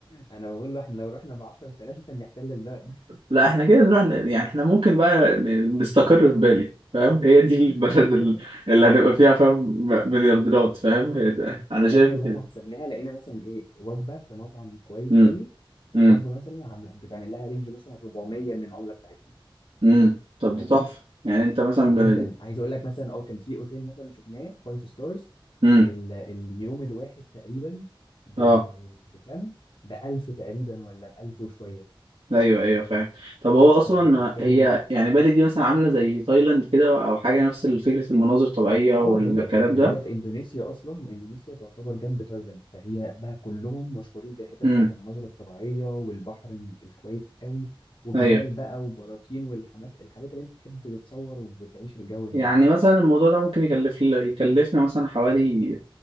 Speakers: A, on the left; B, on the right.
A: انا بقول له احنا لو رحنا ب 10000 مثلا نحتل البلد
B: لا احنا كده نروح ن... يعني احنا ممكن بقى ن- نستقر في بالي فاهم هي دي البلد
A: <laughs>
B: ال- اللي هنبقى فيها فاهم م- مليارديرات فاهم هي ده. انا
A: والله
B: شايف
A: بجد
B: كده
A: احنا حسبناها لقينا مثلا ايه وجبة في مطعم كويس
B: امم
A: قوي الوجبة
B: امم
A: مثلا عاملة بتعمل لها رينج مثلا 400 من العملة بتاعتهم
B: امم طب ده
A: فاهم
B: تحفة يعني انت مثلا
A: جدا
B: ب...
A: عايز اقول لك مثلا اه كان في اوتيل مثلا شفناه 5 ستارز
B: امم
A: ال... اليوم الواحد تقريبا ب...
B: اه
A: بكام؟ بألف تقريبا ولا بألف وشوية
B: ايوه ايوه فاهم طب هو اصلا
A: فأنت بتتكلم
B: هي يعني بالي دي مثلا عاملة زي تايلاند كده او حاجة نفس فكرة المناظر الطبيعية
A: اه
B: والكلام
A: هي ما
B: ده
A: هي في اندونيسيا اصلا واندونيسيا تعتبر جنب تايلاند فهي بقى كلهم مشهورين بالحتت
B: امم
A: بتاعت المناظر الطبيعيه والبحر الكويس قوي وجبال
B: ايوه
A: بقى وبراكين والحاجات الحاجات اللي انت تحب تتصور وتعيش الجو هناك
B: يعني
A: ده
B: مثلا الموضوع ده ممكن يكلف يكلفنا مثلا حوالي